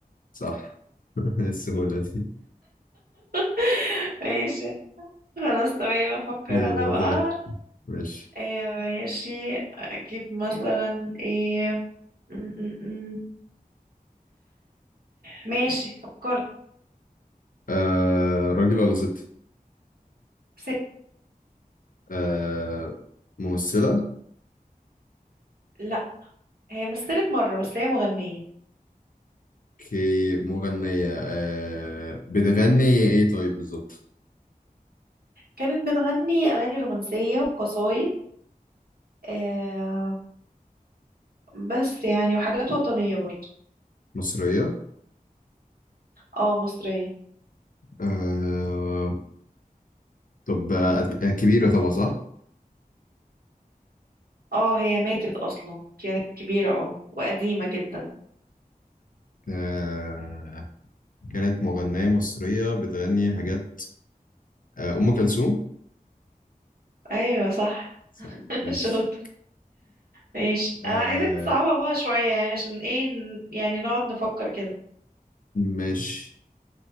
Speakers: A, on the left; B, on the right.
A: صح <laughs> إيه السهولة دي
B: <laughs> ماشي خلاص تمام افكر
A: يلا
B: انا بقى
A: طيب ماشي
B: إيه ماشي اجيب مثلا ايه م- م- م. ماشي فكرت
A: آه راجل ولا ست
B: ست
A: آه ممثلة
B: لا هي مثلت مرة بس هي مغنية
A: كي مغنية آه بتغني ايه طيب بالظبط
B: كانت بتغني اغاني رومانسية وقصايد آه بس يعني وحاجات وطنية برضه
A: مصرية
B: اه مصرية
A: آه طب آه أد- آه، كبيرة طبعا صح
B: اه هي ماتت اصلا كانت كبيرة اه وقديمة جدا
A: آه كانت مغنية مصرية بتغني حاجات آه أم كلثوم
B: ايوه صح
A: صح
B: <laughs>
A: ماشي
B: شاطر ماشي
A: آه
B: انا عايزك تصعبها بقى شوية يعني عشان ايه ن- يعني نقعد نفكر كده
A: ماشي